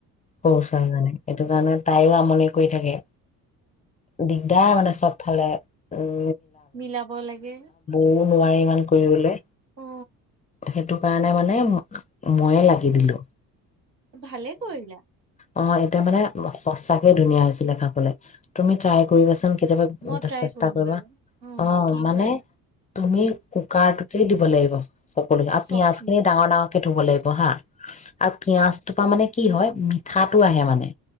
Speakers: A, on the left (about 15°); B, on the right (about 90°).
A: সৰু ছোৱালীজনী সেইটো কাৰণে তাইও আমনি কৰি থাকে দিগদাৰ মানে চবফালে উ
B: মিলাব লাগে
A: ক নোৱাৰে ইমান কৰিবলে
B: অ
A: সেইটো কাৰণে মানে ম ময়ে লাগি দিলোঁ।
B: ভালে কৰিলা।
A: অ এতিয়া মানে সঁচাকে ধুনীয়া হৈছিলে খাবলে। তুমি ট্ৰাই কৰিবাচোন। কেতিয়াবা
B: মই ট্ৰাই
A: চেষ্টা
B: কৰিম
A: কৰিবা।
B: বাৰু
A: অ
B: কি
A: মানে
B: হয়
A: তুমি কুকাৰটোতেই দিব লাগিব। সকলোখিনি আৰু
B: চব
A: পিয়াজখিনি
B: খিনি
A: ডাঙৰ ডাঙৰকে থ'ব লাগিব হা আৰু পিয়াঁজটোৰপৰা মানে কি হয় মিঠাটো আহে মানে!